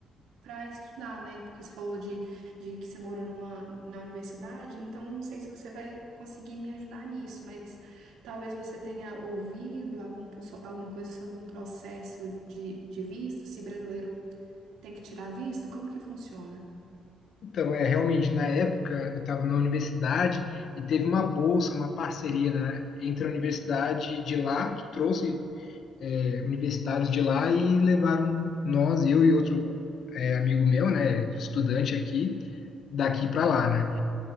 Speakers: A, on the right; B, on the left.
A: para estudar, né? Porque você falou de, de que você morou numa, na universidade, então não sei se você vai conseguir me ajudar nisso, mas talvez você tenha ouvido algum, pro- so- alguma coisa sobre um processo de, de visto, se brasileiro tem que tirar visto, como que funciona?
B: Então, é, realmente, na época, eu estava na universidade e teve uma bolsa, uma parceria, né, entre a universidade de lá, que trouxe é, universitários de lá e levaram nós, eu e outro é, amigo meu, né, estudante aqui, daqui para lá, né?